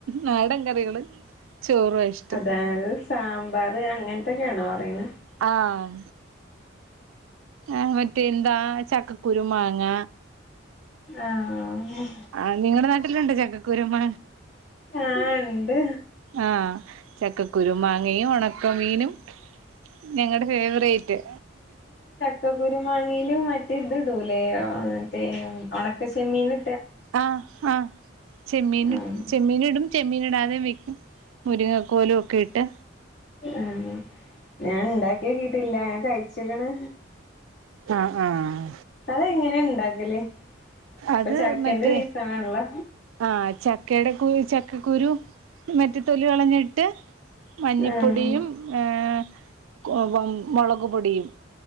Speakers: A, on the right (about 85°); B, on the left (about 55°).
A: നാടൻ കറികള് ചോറുവാ ഇഷ്ടം
B: പാരസ് സാമ്പാറ് അങ്ങനത്തൊക്കെയാണോ പറയുന്നെ
A: ആഹ് ആ മറ്റേ എന്താ ചക്കക്കരു മാങ്ങ
B: ആഹ്
A: ആഹ് നിങ്ങടെ നാട്ടിലുണ്ട് ചക്കക്കുരുമ്മ
B: ആഹ് ഉണ്ട്
A: ആഹ് ചക്കക്കുരു മാങ്ങയും ഉണക്ക മീനും ഞങ്ങടെ ഫേവറേറ്റ്
B: ചക്ക കുരു മാങ്ങലും മറ്റേ ഇത് ഇടൂല്ലേ ആഹ് തെ ഒണക്ക ചെമ്മീന്
A: ആഹ് ആഹ് ചെമ്മീന്
B: ആഹ്
A: ചെമ്മീന് ഇടും ചെമ്മീന് ഇടാതെ വെക്കും മുരിങ്ങക്കോലും ഒക്കെ ഇട്ട്
B: ഉം ഞാൻ ഉണ്ടാക്കി നോക്കിട്ടില്ല ഞൻ കഴിച്ചിക്ക്ണ്
A: ആഹ് ആഹ്
B: അതെങ്ങനെ ഇണ്ടാക്കല് ഇപ്പൊ
A: അത്
B: ചക്കന്റെ
A: മറ്റേ
B: സീസണാണല്ലൊ.
A: ആഹ് ചക്കയുടെ കു ചക്കക്കുരു. ഇന്നട്ട് തൊലി കളഞ്ഞിട്ട്. മഞ്ഞപ്പൊടിയും
B: ആഹ്
A: ഏഹ് മൊളക്പൊടിയും.